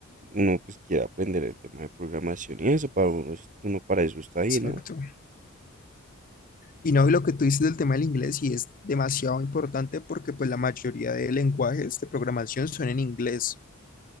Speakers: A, on the right; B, on the left.
A: uno pues quiere aprender el tema de programación y eso, para uno, es- uno para eso está ahí,
B: Exacto.
A: ¿no?
B: Y no, y lo que tú dices del tema del inglés, y es demasiado importante porque pues la mayoría de lenguajes de programación son en inglés.